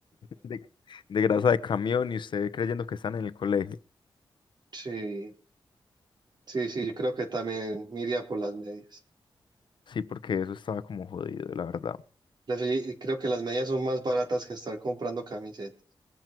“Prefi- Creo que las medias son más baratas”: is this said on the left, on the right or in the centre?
Right